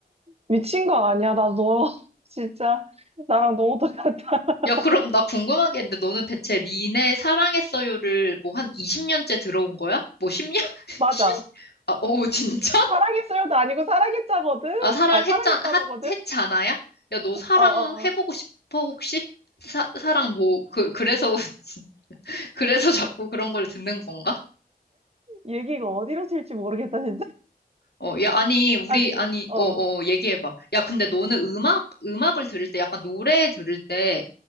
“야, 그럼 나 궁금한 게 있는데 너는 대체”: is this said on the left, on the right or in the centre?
Left